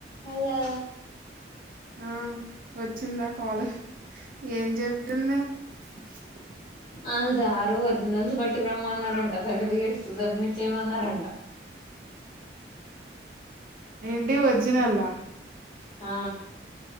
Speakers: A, on the left (about 25°); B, on the right (about 45°).
A: మల్లా
B: ఆ వచ్చింద కాలు ఏం చెప్తుం <unintelligible>
A: అళ్ళు రారు ఒరిజినల్స్ పట్టుకు రమ్మ అన్నారంట సర్టిఫికేట్స్ సబ్మిట్ చేయమన్నారంట
B: ఏంటి ఒర్జినల్లా
A: ఆ